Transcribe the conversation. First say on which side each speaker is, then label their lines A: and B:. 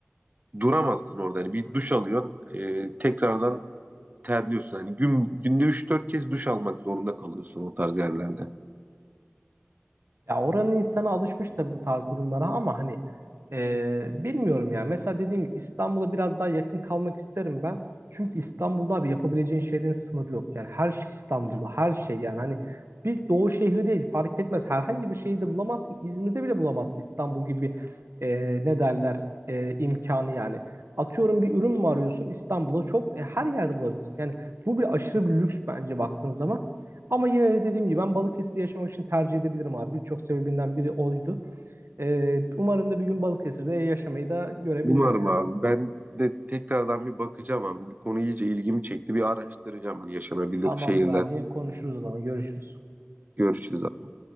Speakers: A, on the right; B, on the right.
A: duramazsın orada. Hani bir duş alıyorsun, e, tekrardan terliyorsun. Hani gün, günde 3-4 kez duş almak zorunda kalıyorsun o tarz yerlerde.
B: Ya oranın insanı alışmış tabii bu tarz durumlara ama hani e, bilmiyorum ya. Mesela dediğim gibi İstanbul'a biraz daha yakın kalmak isterim ben. Çünkü İstanbul'da abi yapabileceğin şeylerin sınırı yok. Yani her şey İstanbul'da her şey yani hani bir doğu şehri değil fark etmez. Herhangi bir şehirde bulamazsın. İzmir'de bile bulamazsın İstanbul gibi e, ne derler e, imkanı yani. Atıyorum bir ürün mü arıyorsun İstanbul'da çok e, her yerde bulabilirsin. Yani bu bile aşırı bir lüks bence baktığın zaman. Ama yine de dediğim gibi ben Balıkesir'i yaşamak için tercih edebilirim abi. Birçok sebebinden biri oydu. Ee, umarım da bir gün Balıkesir'de yaşamayı da görebilirim
A: Umarım
B: yani.
A: abi. Ben de tekrardan bir bakacağım abi. Bu konu iyice ilgimi çekti. Bir araştıracağım hani yaşanabilir
B: Tamamdır
A: şehirler.
B: abi yine konuşuruz o zaman görüşürüz.
A: Görüşürüz abi.